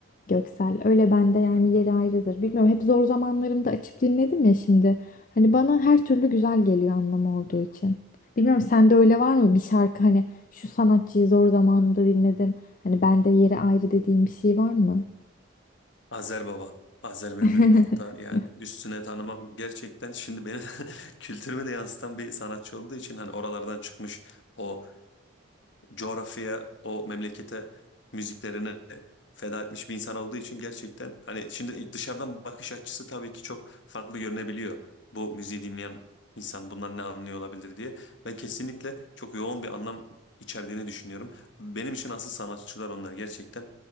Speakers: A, on the left; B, on the left.
A: Göksel. Öyle bende yani yeri ayrıdır. Bilmiyorum hep zor zamanlarımda açıp dinledim ya şimdi. Hani bana her türlü güzel geliyor anlamı olduğu için. Bilmiyorum sende öyle var mı bir şarkı hani şu sanatçıyı zor zamanımda dinledim. Hani bende yeri ayrı dediğim bir şey var mı?
B: Azer Baba. Azer Bülbül
A: <laughs>
B: nokta yani üstüne tanımam gerçekten şimdi beni <laughs> kültürüme de yansıtan bir sanatçı olduğu için hani oralardan çıkmış o coğrafyaya, o memlekete müziklerini feda etmiş bir insan olduğu için gerçekten hani şimdi dışarıdan bakış açısı tabii ki çok farklı görünebiliyor. Bu müziği dinleyen insan bundan ne anlıyor olabilir diye. Ben kesinlikle çok yoğun bir anlam içerdiğini düşünüyorum. Benim için asıl sanatçılar onlar gerçekten.